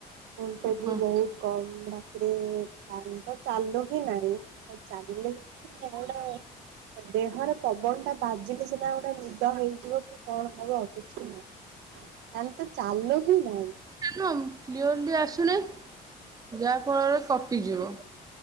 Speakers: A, on the right (about 85°); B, on the right (about 20°).
A: ଭୋଲଟେଜ୍ ବି
B: ହଁ
A: ବହୁତ୍ କମ୍ ରାତିରେ ଫ୍ୟାନ୍ ତ ଚାଲୁ ହିଁ ନାହିଁ ତି ଚାଲେ କିନୁ ଗୋଟେ ଦେହରେ ପବନଟା ବାଜିଲେ ସିନା ଗୋଟେ ନି ଦ ହେଇଯିବ କି କଣ ହବ କିଛି ନାହିଁ। ଫ୍ୟାନ୍ ତ ଚାଲୁ ହିଁ ନାହିଁ।
B: ସାନୁ କ୍ଲିଅରଲି ଆସୁନେଇ ଯାହା ଫଳରେ କଟିଯିବ।